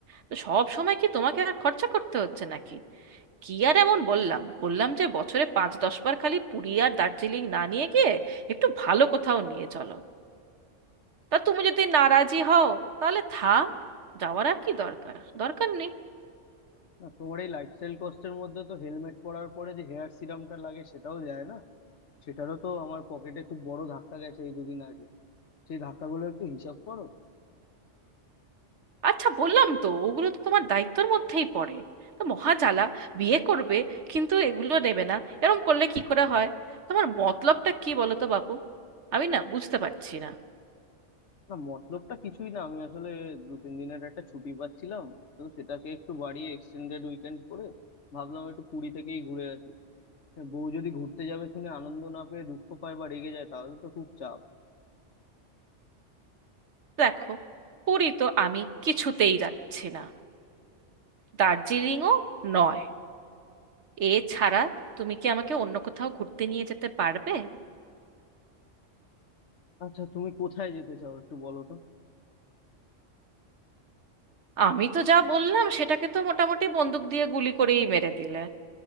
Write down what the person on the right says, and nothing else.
তো সব সময় কি তোমাকে আর খরচা করতে হচ্ছে নাকি কি আর এমন বললাম বললাম যে বছরে পাঁচ দশ বার খালি পুরী আর দার্জিলিং না নিয়ে গিয়ে একটু ভালো কোথাও নিয়ে চলো তা তুমি যদি নারাজি হও তাহলে থাক যাওয়ার আর কি দরকার দরকার নেই
আচ্ছা বললাম তো ওগুলো তো তোমার দায়িত্বের মধ্যেই পড়ে তো মহাজালা বিয়ে করবে কিন্তু এগুলো নেবে না এরম করলে কি করে হয় তোমার মতলবটা কি বলো তো বাপু আমি না বুঝতে পারছি না
দেখো পুরী তো আমি কিছুতেই যাচ্ছি না দার্জিলিংও নয় এছাড়া তুমি কি আমাকে অন্য কোথাও ঘুরতে নিয়ে যেতে পারবে
আমি তো যা বললাম সেটাকে তো মোটামুটি বন্দুক দিয়ে গুলি করেই মেরে দিলে